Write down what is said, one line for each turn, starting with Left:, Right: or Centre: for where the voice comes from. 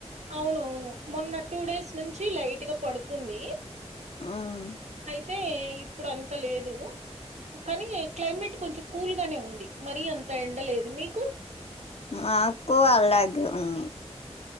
Right: అవునవును మొన్న టూ డేస్ నుంచి లైట్గా పడుతుంది
Left: మ్మ్
Right: తే ఇప్పుడు అంత లేదు కానీ క్లైమేట్ కొంచెం కూల్ గానే ఉంది మరి అంతా ఎండలేదు మీకు
Left: మాకు అలాగే ఉని